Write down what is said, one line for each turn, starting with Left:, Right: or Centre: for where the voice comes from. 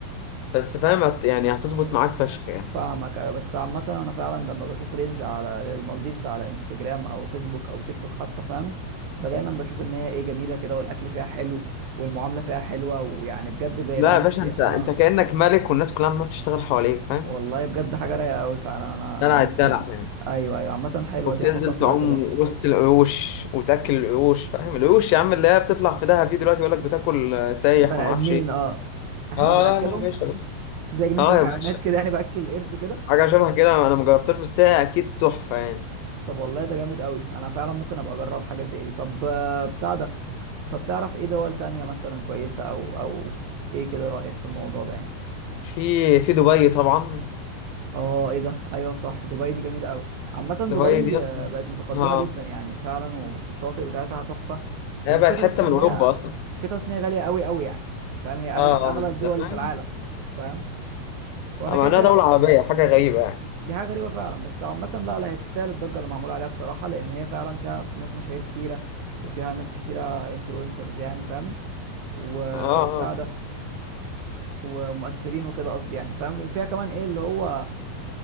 Left: بس فاهم هت يعني هتظبط معاك فشخ يعني
Right: فاهمك ايوه بس عامة انا فعلا لما بشوف ريلز على المالديفز على انستجرام او فيسبوك او تيك توك حتى فاهم ب- دايما بشوف ان هي ايه جميلة كده والاكل فيها حلو والمعاملة فيها حلوة ويعني بجد بيدعموا
Left: لا يا باشا
Right: السياحة
Left: انت انت
Right: اه
Left: كانك ملك والناس كلها ما بتشتغل حواليك فاهم
Right: والله بجد حاجة رايقة قوي فعلا انا
Left: دلع
Right: نفسي
Left: الدلع يعني
Right: ايوه ايوه عامة حلوة
Left: وبتنزل
Right: دي هحطها في
Left: تعوم
Right: الاعتبار
Left: وسط القروش وتاكل القروش فاهم القروش يا عم اللي هي بتطلع في دهب دي دلوقتي يقول لك بتاكل آه، سايح
Right: بني
Left: وما
Right: ادمين
Left: اعرفش ايه
Right: اه احنا
Left: اه
Right: اللي بناكلهم
Left: لا لا يا باشا بص
Right: زي جنينة
Left: اه
Right: الحيوانات
Left: يا باشا
Right: كده يعني باكل القرش كده
Left: حاجه شبه كده انا ما جربتهاش بس هي اكيد تحفه يعني
Right: طب والله ده جامد قوي انا فعلا ممكن ابقى اجرب حاجة زي دي طب آه، بتاع ده طب تعرف ايه دول تانية مثلا كويسة او او ايه كده رأيك في الموضوع ده يعني
Left: في في دبي طبعا
Right: اه ايه ده ايوه صح دبي دي جميلة قوي عامة دبي
Left: دبي دي اصلا
Right: آه، بقت متقدمة
Left: اه
Right: جدا يعني فعلا والشاطئ بتاعتها تحفة
Left: هي
Right: هي مشكلتها
Left: بقت حته
Right: بس ان
Left: من اوروبا
Right: هي
Left: اصلا
Right: مشكلتها بس ان هي غالية قوي قوي يعني فاهم هي اغلى
Left: اه
Right: من اغلى
Left: اه ما انت
Right: الدول
Left: فاهم
Right: في العالم فاهم وانا
Left: آه، معناها
Right: كده كده
Left: دوله عربيه حاجه غريبه يعني
Right: دي حاجة غريبة فعلا بس عامة لا لا هي تستاهل الضجة اللي معمولة عليها بصراحة لان هي فعلا فيها ناس مشاهير كتيرة وفيها ناس كتيرة انفلونسرز يعني فاهم و-
Left: اه اه
Right: وبتاع
Left: آه.
Right: ده ومؤثرين وكده قصدي يعني فاهم وفيها كمان ايه اللي هو